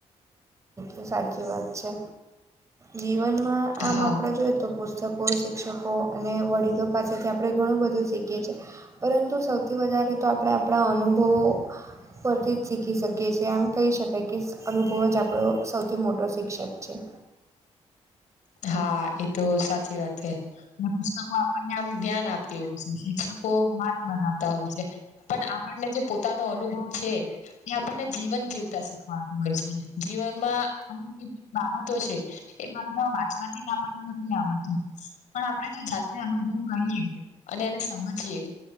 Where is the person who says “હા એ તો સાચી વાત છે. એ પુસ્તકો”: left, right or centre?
Left